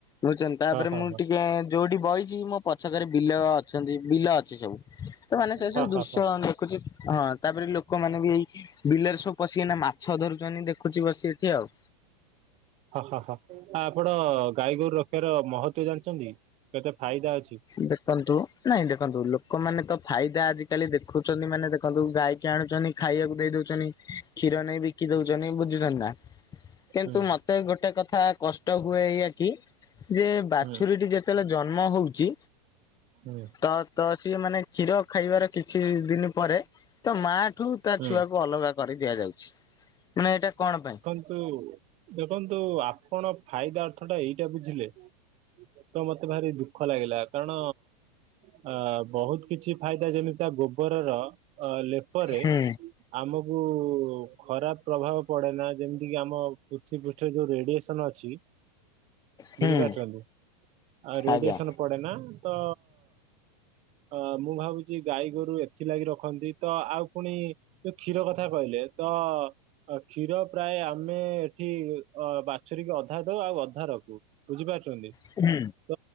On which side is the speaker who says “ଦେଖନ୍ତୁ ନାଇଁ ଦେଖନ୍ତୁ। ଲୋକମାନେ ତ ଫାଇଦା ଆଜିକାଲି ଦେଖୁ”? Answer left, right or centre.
Left